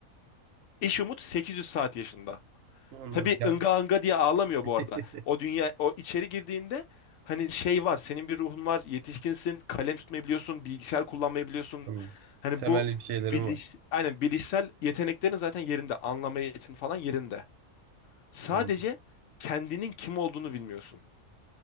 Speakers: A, on the left; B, on the right.
A: İş umut 800 saat yaşında.
B: Anladım.
A: Tabii
B: Ya,
A: ınga ınga diye ağlamıyor
B: <laughs>
A: bu arada. O dünya o içeri girdiğinde hani şey var. Senin bir ruhun var. Yetişkinsin. Kalem tutmayı biliyorsun. Bilgisayar kullanmayı biliyorsun.
B: Anladım.
A: Hani
B: Temelli
A: bu
B: bir şeylerim
A: biliş,
B: var.
A: aynen bilişsel yeteneklerin zaten yerinde. Anlama yetin falan yerinde. Sadece
B: Hmm.
A: kendinin kim olduğunu bilmiyorsun.